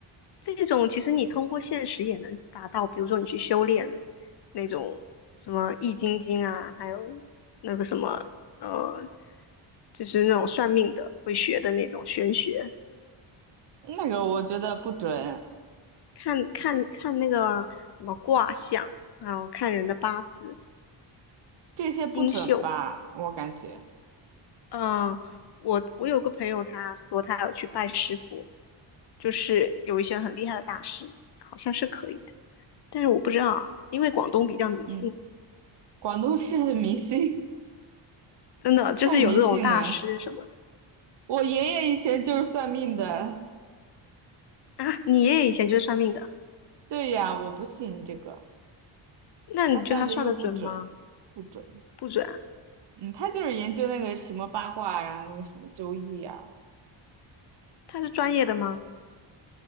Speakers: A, on the left; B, on the right.
A: 这种其实你通过现实也能达到，比如说你去修炼那种什么易筋经啊，还有那个什么呃，就是那种算命的会学的那种玄学，
B: <laughs> 那个我觉得不准，
A: 看看看那个什么卦象，还有看人的八字、
B: 这些不准吧，
A: 星宿。
B: 我感觉。
A: 嗯、我我有个朋友，他说他要去拜师傅，就是有一些很厉害的大师，好像是可以的，但是我不知道啊，因为广东比较迷信。
B: 嗯，广东是很迷信，
A: 真的就是有这种大师什么的
B: 太迷信了。我爷爷以前就是算命的，
A: 啊。你爷爷以前就是算命的，
B: 对呀，我不信这个，
A: 那你觉得他算的准吗？
B: 他算的又不准，不准。
A: 不准啊，
B: 嗯，他就是研究那个什么八卦呀，那个什么周易呀，
A: 他是专业的吗？